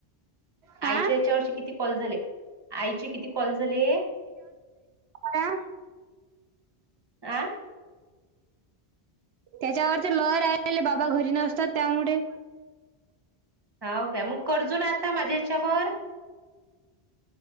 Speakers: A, on the right; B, on the right.
A: हा
B: आईच्या याच्यावरचे किती कॉल झाले आईचे किती कॉल झाले
A: का <unintelligible>
B: आ?
A: त्याच्यावरच लहर राहिले बाबा घरी नसतात त्यामुळे
B: हाव काय मग कर्जून आता माझ्या याच्यावर